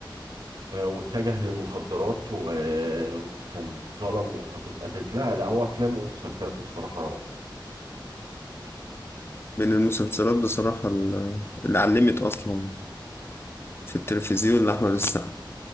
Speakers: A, on the right; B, on the left.
A: آه، واتجه للمخدرات و... آه، وكان اتظلم ومراته اتقتلت لا لا هو افلامه ومسلسلاته بصراحه روعه
B: من المسلسلات بصراحة ال- اللي علمت أصلا في التلفزيون لأحمد السقا